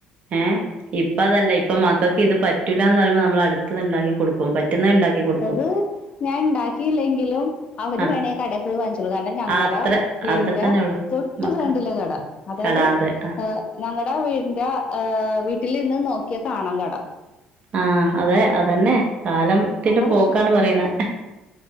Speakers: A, on the right (about 50°); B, on the left (about 40°).
A: ഏഹ് ഇപ്പ അതല്ല ഇപ്പോ മക്കക്ക് ഇത് പറ്റൂല്ലന്ന് പറയുമ്പോ നമ്മൾ അടുത്തത്ണ്ടാക്കി കൊടുക്കും പ ണ്ടാക്കി കൊടുക്കും.
B: അത് ഞാൻ ഇണ്ടാക്കില്ലെങ്കിലും അവര്
A: ആ
B: വേണേ കട പോയി വാങ്ങിച്ചോളു കാരണം ഞങ്ങടെ
A: ആ അത്ര
B: വീന്റെ
A: അത്ര തന്നെ ഉള്ളു
B: തൊട്ട്
A: മക്കൾ
B: ഫ്രണ്ടിലെ കട അതായത്
A: കടാതെ ആ
B: ഏഹ് ഞങ്ങടെ വീടിന്റെ ഏഹ് വീട്ടിൽ നിന്ന് നോക്കിയാ കാണാം കട.
A: ആഹ് അതെ അതന്നെ കാലം ത്തിന്റെ
B: അതാ
A: പോക്കാണ്
B: പ്രശ്നം
A: പറയണേ